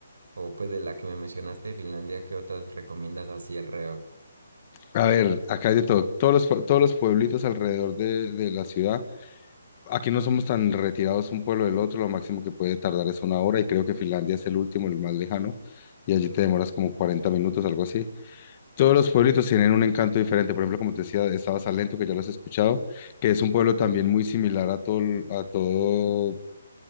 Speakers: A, on the right; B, on the left.
A: o pues de la que me mencionaste, de Finlandia, qué otras recomiendas así alrededor.
B: A ver, acá hay de todo. Todos los, pue- todos los pueblitos alrededor de, de la ciudad. Aquí no somos tan retirados un pueblo del otro. Lo máximo que puede tardar es una hora y creo que Finlandia es el último, el más lejano. Y allí te demoras como 40 minutos, algo así. Todos los pueblitos tienen un encanto diferente. Por ejemplo, como te decía, estaba Salento, que ya lo has escuchado, que es un pueblo también muy similar a todo, a todo